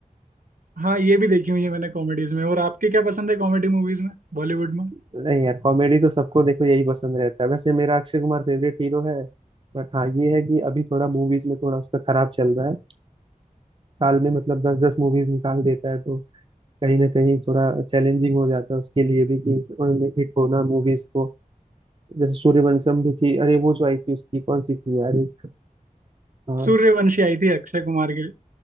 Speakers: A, on the right; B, on the right.
A: हाँ ये भी देखी हुई है मैंने कॉमेडीज में और आपके क्या पसंद है कॉमेडी मूवीज में बॉलीवुड में
B: नहीं यार कॉमेडी तो सबको देखो यही पसंद रहता है वैसे मेरा अक्षय कुमार फेवरेट हीरो है बट हाँ ये है कि अभी थोड़ा मूवीज में थोड़ा उसका खराब चल रहा है साल में मतलब दस दस मूवीज निकाल देता है तो कहीं ना कहीं थोड़ा चैलेंजिंग हो जाता है उसके लिए भी कि हिट होना मूवीज को जैसे सूर्यवंशम भी थी अरे वो जो आई थी उसकी कौन सी थी यार एक, हाँ
A: सूर्यवंशी आई थी अक्षय कुमार की